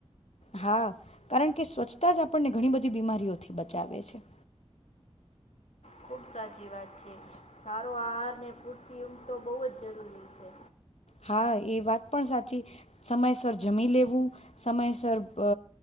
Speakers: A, on the left; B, on the left.
A: હા કારણ કે સ્વચ્છતા જ આપણને ઘણી બધી બીમારીઓથી બચાવે છે.
B: ખુબ સાચી વાત છે. સારો આહાર ને પૂરતી ઊંઘતો બહુ જ જરૂરી છે.
A: હા એ વાત પણ સાચી સમયસર જમી લેવું સમયસર અ